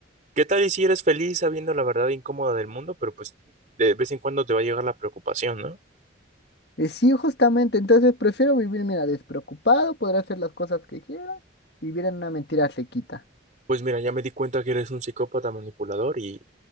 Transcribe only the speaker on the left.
Y sí, justamente, entonces prefiero vivir, mira, despreocupado, poder hacer las cosas que quiera, vivir en una mentira sequita.